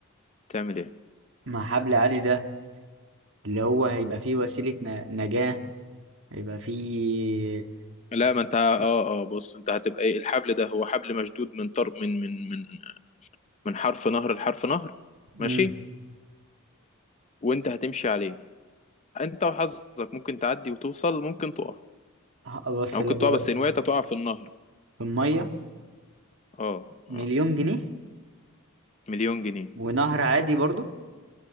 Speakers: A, on the left; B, on the right.
A: تعمل ايه
B: مع حبل عالي ده اللي هو هيبقى فيه وسيلة ن- نجاة هيبقى فيه
A: لا ما انت اه اه بص انت هتبقى ايه الحبل ده هو حبل مشدود من طرف من من من من حرف نهر لحرف نهر
B: مم.
A: ماشي وانت هتمشي عليه انت وحظك ممكن تعدي وتوصل ممكن تقع
B: ه- بس
A: يعني
B: لو
A: ممكن تقع بس ان وقعت تقع في النهر
B: المية
A: اه
B: مليون
A: اه.
B: جنيه
A: مليون جنيه
B: ونهر عادي برضو